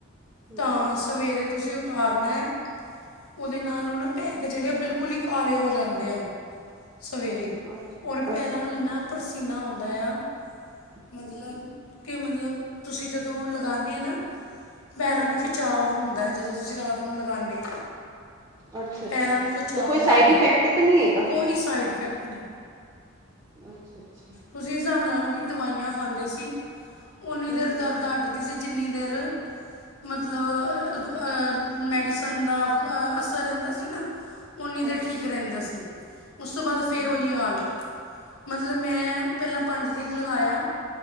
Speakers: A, on the right; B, on the left.
A: ਹਮ
B: ਤਾਂ ਸਵੇਰੇ ਤੁਸੀਂ ਉਤਾਰਨਾ, ਉਹਦੇ ਨਾਲ ਉਹ ਨਾ ਪੈਕ ਜਿਹੜੇ ਉਹ ਬਿਲਕੁਲ ਹੀ ਕਾਲੇ ਹੋ ਜਾਂਦੇ ਆ, ਸਵੇਰੇ
A: ਅੱਛਾ
B: ਔਰ ਪੈਰਾਂ
A: ਅੱਛਾ ਅੱਛਾ
B: ਨੂੰ ਇੰਨਾ ਪਰਸੀਨਾ ਆਉਂਦਾ ਆ,
A: ਹਮ
B: ਮਤਲਬ
A: ਹਮ
B: ਕਿ ਮਤਲਬ ਤੁਸੀਂ ਜਦੋਂ ਲਗਾਉਂਦੇ ਆ ਨਾ, ਪੈਰਾਂ
A: ਹਮ
B: ਨੂੰ ਖਿਚਾਵ
A: ਹਮ
B: ਹੁੰਦਾ ਜਦੋਂ ਤੁਸੀਂ ਰਾਤ ਨੂੰ ਲਗਾਨੇ ਆ।
A: ਅੱਛਾ-ਅੱਛਾ
B: ਪੈਰਾਂ ਨੂੰ ਖਿਚਾਵ
A: ਤੇ ਕੋਈ ਸਾਈਡ
B: ਆਉਂਦਾ
A: ਇਫੈਕਟ ਤਾਂ ਨਹੀਂ ਹੈਗਾ?
B: ਕੋਈ ਸਾਈਡ ਇਫੈਕਟ ਨਹੀਂ।
A: ਅੱਛਾ-ਅੱਛਾ।
B: ਤੁਸੀਂ ਹਿਸਾਬ ਲਾ ਲਓ ਕਿ ਦਵਾਈਆਂ ਖਾਂਦੇ ਸੀ, ਓਨੀ
A: ਹਮ
B: ਦੇਰ ਦਰਦ
A: ਹਮ
B: ਹ ਟਦੀ ਸੀ ਜਿੰਨੀ ਦੇਰ ਮਤਲਬ ਮੈਡੀਸਨ ਦਾ ਅਸਰ ਰਹਿੰਦਾ ਸੀ ਨਾ। ਉਨੀ ਦੇਰ
A: ਹਾਂਜੀ
B: ਠੀਕ ਰਹਿੰਦਾ ਸੀ। ਉਸ ਤੋਂ ਬਾਅਦ
A: ਹਮ
B: ਫੇਰ ਉਹੀ ਹਾਲ, ਮਤਲਬ ਮੈਂ ਪਹਿਲਾਂ ਪੰਜ ਦਿਨ ਲਗਾਇਆ,